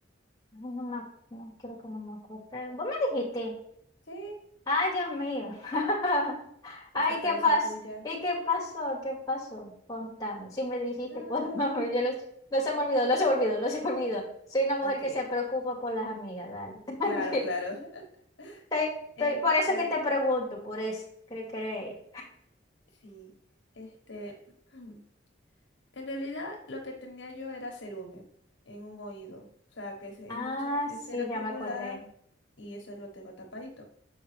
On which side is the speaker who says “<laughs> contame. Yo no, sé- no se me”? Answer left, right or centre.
Left